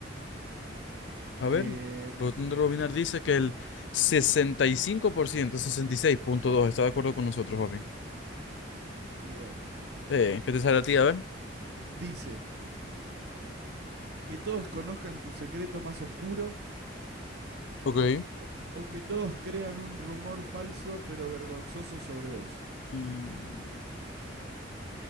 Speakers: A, on the left; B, on the right.
A: A
B: Eh,
A: ver, Botón de Robinar dice que el sesenta sesenta y y cinco por ciento, sesenta y seis punto dos. está de acuerdo con nosotros, papi.
B: y bueno,
A: Eh, ¿qué te sale a ti? A ver.
B: dice, que todos conozcan tu secreto más oscuro
A: Ok.
B: o, o que todos crean un rumor falso pero vergonzoso sobre vos.
A: Mm,